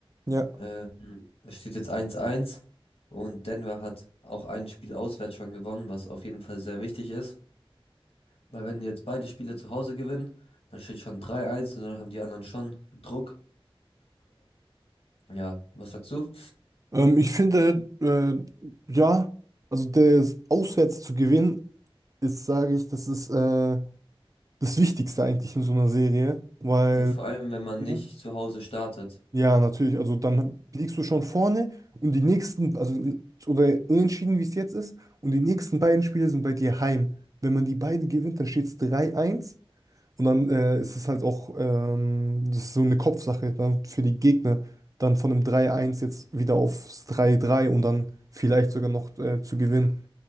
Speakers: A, on the right; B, on the left.
A: Ja,
B: Ähm, es steht jetzt 1-1 und Denver hat auch ein Spiel auswärts schon gewonnen, was auf jeden Fall sehr wichtig ist. Weil wenn jetzt beide Spiele zu Hause gewinnen, dann steht schon 3-1 und dann haben die anderen schon Druck. Ja, was sagst du?
A: ähm, ich finde, äh, ja, also das auswärts zu gewinnen, ist, sage ich, das ist äh, das Wichtigste eigentlich in so einer Serie, weil,
B: Ja, vor allem, wenn man
A: ne?
B: nicht zu Hause startet.
A: ja, natürlich, also dann liegst du schon vorne und die nächsten, also oder unentschieden, wie es jetzt ist, und die nächsten beiden Spiele sind bei dir heim. Wenn man die beiden gewinnt, dann steht es 3-1 Und dann äh, ist es halt auch ähm, das ist so eine Kopfsache dann für die Gegner, dann von einem 3-1 jetzt wieder aufs 3-3 und dann vielleicht sogar noch äh, zu gewinnen.